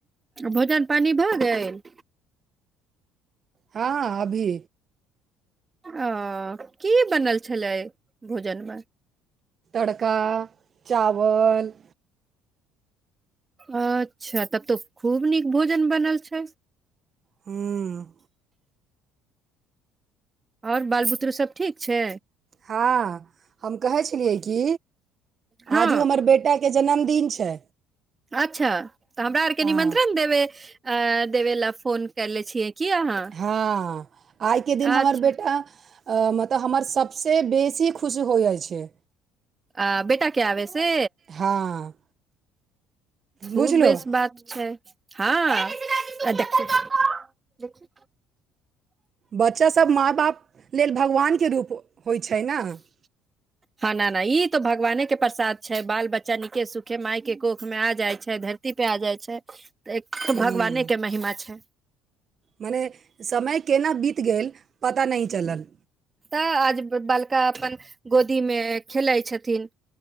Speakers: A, on the right; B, on the right.
A: भोजन पानी भऽ गेल
B: हँ अभी
A: ओ की बनल छलै भोजनमे
B: तड़का चावल
A: अच्छा तब तो खूब नीक भोजन बनल छै
B: हूँ
A: आओर बाल बुतरू सब ठीक छै
B: हँ हम कहै छेलियै की
A: हँ
B: आजू हमर बेटाके जन्मदिन छै
A: अच्छा तऽ हमरा आरके
B: हँ
A: निमन्त्रण देबै आ देबे ला फोन कैले छियै की अहाँ
B: हँ आइके दिन
A: अच्छा
B: हमर बेटा मतलब हमर सबसे बेसी खुश हो जाइ छै
A: आ बेटा के आबै से
B: हँ
A: खू
B: बुझलहु
A: बेस बात छै हँ आ देखि देखि
B: बच्चासभ माँ बाप लेल भगवानके रूप होइत छै न <inaudible>
A: ह न ना ई तो भगवाने के प्रसाद छै बाल बच्चा नीके सुखे माय के कोख में आ जाय छै धरती पे आ जाइ छै त एक
B: हूँ
A: भगवाने के महिमा छै
B: मने समय केना बीत गेल पता नहि चलल
A: तऽ आज बालका अपन गोदीमे खेलैत छथिन